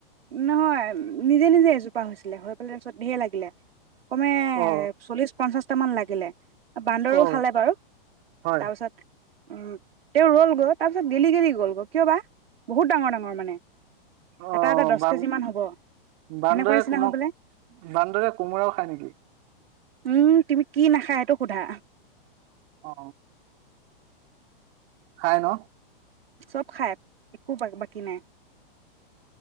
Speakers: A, on the right; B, on the right.
A: নহয় নিজে নিজে এজোপা হৈছে। হৈ পেলাই তাপিছত ধেই লাগিলে। কমে
B: অ
A: চল্লিছ পঞ্চাছ টামান লাগিলে। বান্দৰো
B: অ
A: খালে বাৰু।
B: হয়
A: তাৰপিছত উম তেওঁ ৰল গৈ। তাৰ পিছত গেলি গেলি গ'লগৈ, কিয় বা? বহুত ডাঙৰ ডাঙৰ মানে।
B: অ
A: এটা এটা দহ
B: বান্
A: কেজি মান হ'ব
B: বান্দৰে
A: সেনেকুৱা নিচিনা
B: কোমোৰা
A: হৈ পেলাই
B: বান্দৰে কোমোৰাও খায় নেকি?
A: উম, তুমি কি নাখায় এইটো সোধা।
B: অ খাই ন?
A: চব খায়। একো বাকী নাই।